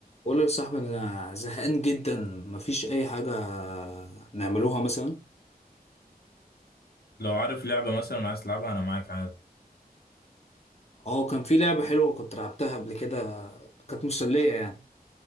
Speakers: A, on the left (about 40°); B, on the left (about 80°).
A: قول لي يا صاحبي انا زهقان جدا مفيش اي حاجه نعملوها مثلا
B: لو عارف لعبة مثلا عايز تلعبها أنا معاك عادي
A: اه كان في لعبه حلوه كنت لعبتها قبل كده كانت مسليه يعني